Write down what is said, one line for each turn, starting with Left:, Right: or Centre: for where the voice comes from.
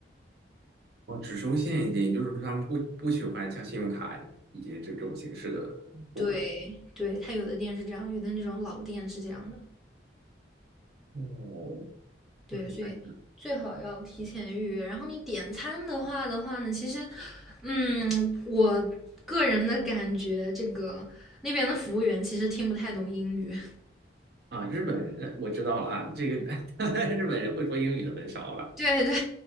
Right: 我只收现金，就是说他们不不喜欢像信用卡以及这种形式的付款。
Centre: 对对，他有的店是这样，有的那种老店是这样的。
Right: 哦，
Centre: 对，
Right: 那明白
Centre: 所以最好要提前预约。然后你点餐的话的话呢，其实，嗯，我个人的感觉，这个那边的服务员其实听不太懂英语。
Right: 啊，日本人我知道了啊，这个 <laughs> 日本人会说英语的很少了。
Centre: 对 <laughs> 对，